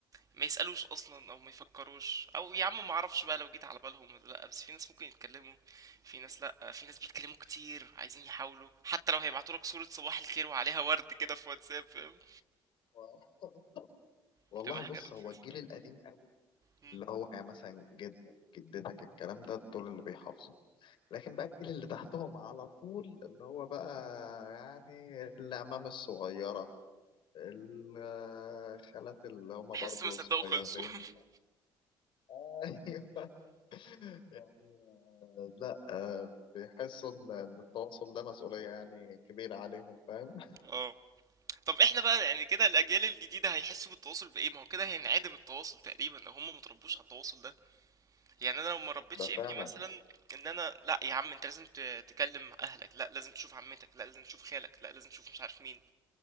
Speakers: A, on the right; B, on the left.
A: ما يسألوش اصلا او ما يفكروش او يا عم ما اعرفش بقى لو جيت على بالهم ولا لا بس في ناس ممكن يتكلموا في ناس لا في ناس بيتكلموا كتير عايزين يحاولوا حتى لو هيبعتوا لك صورة صباح الخير وعليها ورد كده في واتساب فاهم
B: <laughs> والله
A: بتبقى حاجة
B: بص
A: لذيذة
B: هو الجيل القديم قوي
A: مم.
B: اللي هو يعني مثلا جدك جدتك الكلام ده دول اللي بيحافظوا لكن بقى الجيل اللي تحتهم على طول اللي هو بقى يعني العمام الصغيرة الخالات اللي هما
A: تحس
B: برضو
A: ما صدقوا
B: صغيرين
A: خلصوا <laughs>
B: <laughs> ايوه يعني لا آه، بيحسوا ان إن التواصل ده مسؤولية يعني كبيرة عليهم فاهم
A: اه طب احنا بقى يعني كده الاجيال الجديدة هيحسوا بالتواصل بايه ما هو كده هينعدم التواصل تقريبا لو هم متربوش على التواصل ده يعني انا لو ما ربيتش
B: ده فعلا
A: ابني مثلا ان انا لا يا عم انت لازم ت- تكلم اهلك لا لازم تشوف عمتك لا لازم تشوف خالك لا لازم تشوف مش عارف مين